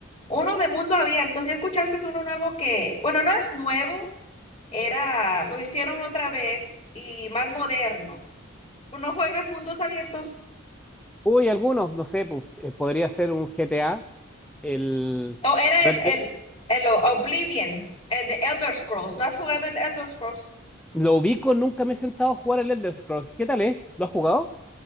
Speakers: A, on the left; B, in the centre.
A: Uno de mundo abierto. Si escuchaste es uno nuevo que, bueno, no es nuevo, era, lo hicieron otra vez y más moderno. Tú ¿No juegas mundos abiertos?
B: Uy, algunos, no sé, pues, eh, podría ser un GTA, el
A: O era
B: Red
A: el,
B: Dead-
A: el, el Oblivion, el de Elder Scrolls. ¿No has jugado el Elder Scrolls?
B: Lo ubico, nunca me he sentado a jugar el Elder Scrolls. ¿Qué tal es? ¿Lo has jugado?